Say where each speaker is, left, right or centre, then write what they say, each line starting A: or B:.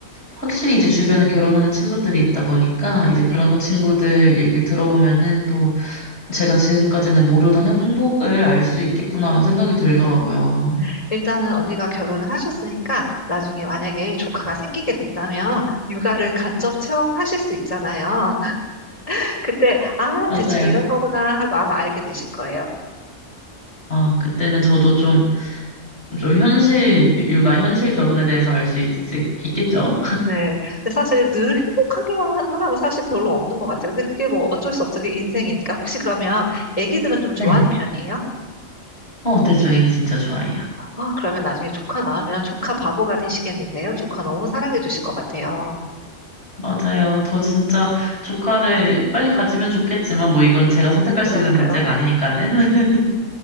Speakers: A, on the left (about 50°); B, on the left (about 25°).
A: 확실히 이제 주변에 결혼하는 친구들이 있다 보니까 이제
B: 네.
A: 그런 친구들 얘기를 들어보면은 또 제가 지금까지는 모르던 행복을 알 수 있겠구나라는 생각이 들더라고요.
B: 음, 일단은 언니가 결혼을 하셨으니까 나중에 만약에 조카가 생기게 된다면 육아를 간접 체험하실 수 있잖아요. 그때, 아,
A: 맞아요.
B: 대충 이런 거구나 하고 아마 알게 되실 거예요.
A: 아, 그때는 저도 좀, 좀 현실, 육아, 현실 결혼에 대해서 알 수 있겠죠?
B: 네. 근데 사실 늘 행복하기만 한 사람은 사실 별로 없는 것 같아요. 근데 그게 뭐 어쩔 수 없죠. 그게 인생이니까. 혹시 그러면 애기들은 좀
A: 네.
B: 좋아하는 편이에요?
A: 어, 네, 저 얘기 진짜 좋아해요.
B: 아, 그러면 나중에 조카 낳으면 조카 바보가 되시겠는데요? 조카 너무 사랑해 주실 것 같아요.
A: 맞아요. 저 진짜 조카를 빨리 가지면 좋겠지만 뭐 이건 제가 선택할
B: 그러니까요.
A: 수 있는 문제가 아니니까는.